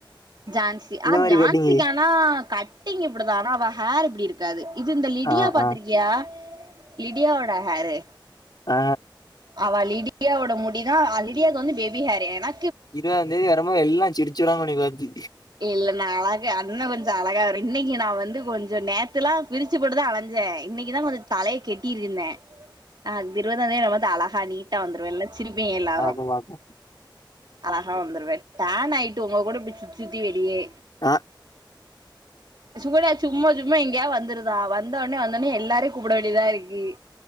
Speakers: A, on the right; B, on the left.
A: ஜான்சி
B: இந்த
A: அ
B: மாரி
A: ஜான்சிக்கு
B: கட்டிங்கு
A: ஆனா கட்டிங் இப்டிதா ஆனா அவ ஹேர் இப்டி இரு க்காது இது இந்த லிடியா
B: ஆ
A: பாத்திருக்கியா
B: ஆ
A: லிடியாவோட ஹேரு
B: அ
A: அவ லீடியாவோட முடிதா அ லிடியாக்கு வந்து பேபி ஹேரு ஏனா
B: இருவதாந் தேதி வரும்போது எல்லா சிரிச்சிருவாங்க உன்னிய பாத்து
A: இல்ல நா அழகு அண்ண கொஞ்ச அழகா வருவிங் இன்னிக்கு நா வந்து கொஞ்சோ நே த்துல்லா விருச்சி போட்டுதா அலஞ்சே இன்னிக்குதா கொஞ்ச தலய கெட்டியிருந்தே ஆ இந் இருவதாந் தேதி என்ன பாத்தா அழகா நீட்டா வந்துருவேல்ல சிரிப்பிங்க எல்லாரு
B: பாக்கு பாக்கு
A: அழகா வந்துருவே டேன்னாய்ட்டு உங்க கூட இப்டி சுத்தி சுத்தி வெளியே
B: அ
A: சுகன்யா சும்மா சும்மா எங்கேயா வந்துருதா வந்தோனே வந்தோனே எல்லாரையு கூப்புட வேண்டிய தா இருக்கு